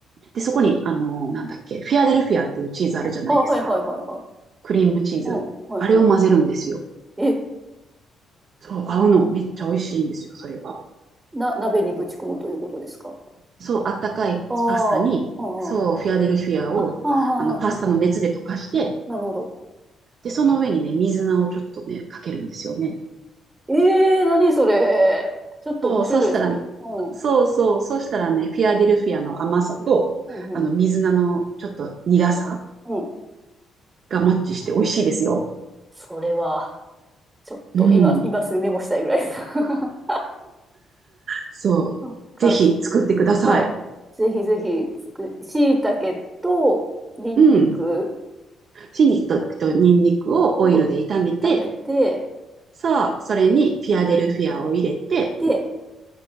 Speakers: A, on the right; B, on the right.
A: で、そこに、あの、なんだっけ、フィアデルフィアっていうチーズあるじゃないですか。
B: あ、はい、はい、はい、はい。
A: クリームチーズ。
B: うん、はい、
A: あれを混ぜるんですよ。
B: はい。え、
A: そう、合うの。めっちゃ美味しいんですよ、それが。
B: な、鍋にぶち込むということですか
A: そう、あったかいパスタに、
B: ああ、うん、
A: そう、
B: うん。
A: フィアデルフィアを、
B: あ、あ、はい、
A: あの、パスタの熱で溶かして、
B: はい、はい、はい。なるほど。
A: で、その上にね、水菜をちょっとね、かけるんですよね。
B: ええー、何それ。ちょっと面白いですね。
A: そう、そしたら、
B: うん、
A: そうそう、そしたらね、
B: うん、うん、
A: フィアデルフィアの甘さと、
B: うん、うん、
A: あの、
B: う
A: 水菜のちょっと苦さ
B: ん。うん
A: がマッチして美味しいですよ。
B: それは、ちょっと今、
A: うん。
B: 今すぐメモしたいぐらいです。<laughs>
A: そう。
B: そっか、
A: ぜひ作ってください。
B: はい。ぜひぜひつく、しいたけと、にんにく
A: うん。春菊とニンニクをオイルで炒めて、
B: を炒めて、
A: さあ、それにフィアデルフィアを入れて、
B: うんで、